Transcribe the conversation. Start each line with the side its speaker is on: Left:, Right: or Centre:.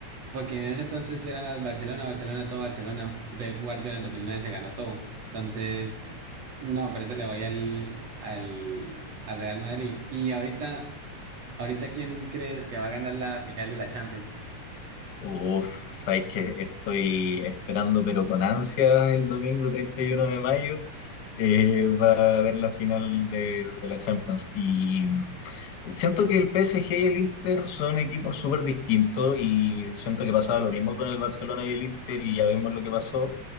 Right: Porque en ese entonces era Barcelona, Barcelona, todo Barcelona. Pep Guardiola en 2009 se ganó todo. Entonces, no, por eso le voy al, al, al Real Madrid. Y ahorita, ahorita, ¿quién crees que va a ganar la final de la Champions?
Left: Uf, sabéis que estoy esperando, pero con ansia el domingo treinta y uno de mayo. eh, va a haber la final de, de la Champions. Y mm, siento que el PSG y el Inter son equipos súper distintos. Y siento que pasaba lo mismo con el Barcelona y el Inter, y ya vemos lo que pasó.